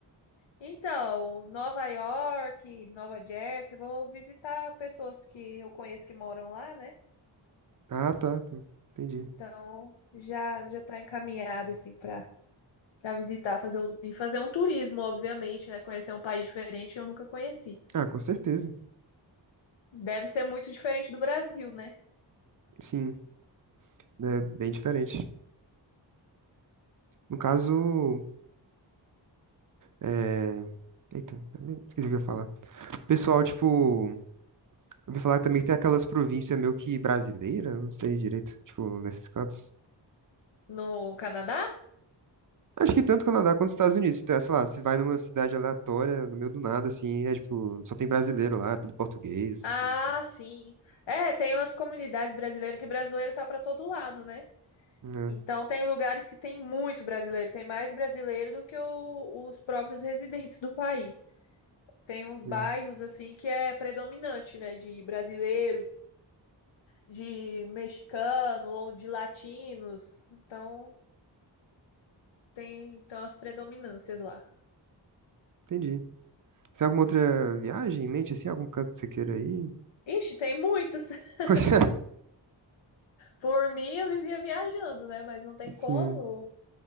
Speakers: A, on the left; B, on the right.
A: Então, Nova York, Nova Jersey, vou visitar pessoas que eu conheço que moram lá, né?
B: Ah, tá. Entendi.
A: Então, já já tá encaminhado assim para para visitar, fazer um- e fazer um turismo, obviamente, né? Conhecer um país diferente que eu nunca conheci.
B: Ah, com certeza.
A: Deve ser muito diferente do Brasil, né?
B: Sim, é bem diferente. No caso, é... Eita, esqueci o que eu ia falar. Pessoal, tipo, eu ouvi falar também que tem aquelas províncias meio que brasileiras, não sei direito, tipo, nesses cantos.
A: No Canadá?
B: Acho que tanto Canadá quanto Estados Unidos. Então, sei lá, você vai numa cidade aleatória, no meio do nada, assim, é tipo, só tem brasileiro lá, tudo português, essas
A: Ah,
B: coisas assim.
A: sim. É, tem umas comunidades brasileiras que brasileiro tá para todo lado, né?
B: É,
A: Então tem lugares que tem muito brasileiro, tem mais brasileiro do que o- os próprios residentes do país. tem uns
B: sim,
A: bairros assim que é predominante, né, de brasileiro, de mexicano ou de latinos. Então tem então as predominâncias lá.
B: entendi. Você tem alguma outra viagem em mente, assim, algum canto que você queira ir? <laughs>
A: Ixi, tem muitos. <laughs>
B: Coisa,
A: Por mim eu vivia viajando, né, mas não tem
B: sim,
A: como.